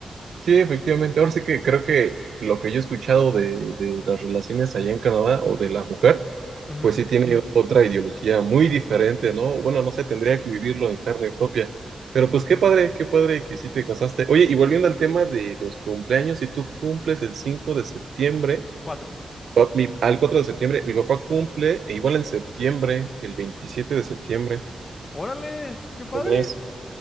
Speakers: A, on the right; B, on the left.
A: sí, efectivamente. Ahora sí que creo que lo que yo he escuchado de, de las relaciones allá en Canadá o de la mujer
B: Ujú.
A: pues sí tiene otra ideología muy diferente, ¿no? Bueno, no sé, tendría que vivirlo en carne propia. Pero pues qué padre, qué padre que sí te casaste. Oye, y volviendo al tema de los cumpleaños, si tú cumples el 5 de septiembre,
B: Cuatro.
A: o mi- al 4 de septiembre, mi papá cumple e igual en septiembre, el 27 de septiembre.
B: Órale, qué padre.
A: Un mes.